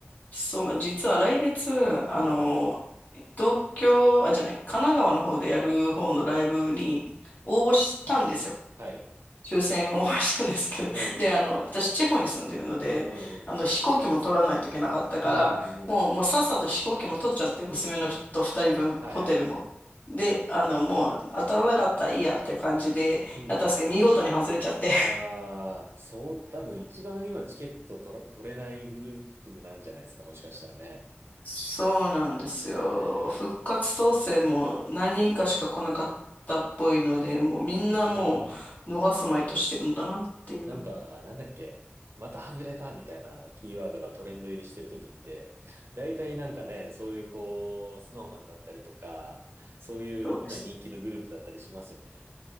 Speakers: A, on the left (about 40°); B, on the right (about 75°).
A: そうな、実は来月、あの、
B: うん。
A: 東京、あ、じゃない、神奈川の方でやる方のライブに応募したんですよ。
B: はい。
A: 抽選応募したんですけど。
B: うんうん。
A: <laughs> で、あの、私、地方に住んでるので、
B: うんうんうん。
A: あの、飛行機も取らないといけなかったから、
B: うんうんうん。
A: もう、もうさっさと飛行機も取っちゃって、娘のふと2人分、
B: うん。はいはい。
A: ホテルも。で、あの、もう、当たらなかったらいいやって感じで、
B: うん。
A: やったんですけど、見事に外れちゃって、
B: ああ、そう、多分一番今チケット取ら、取れないグループなんじゃないですか、もしかしたらね。
A: そうなんですよ。
B: ねえ。
A: 復活当選も何人かしか来なかったっぽいので、もうみんなもう逃すまいとしてるんだなっていう。
B: うーん。なんか、なんだっけ。また外れたみたいなキーワードがトレンド入りしてるときって、大体なんかね、そういうこう、スノーマンだったりとか、そういう今人気のグループだったりしますよね。
A: そうです。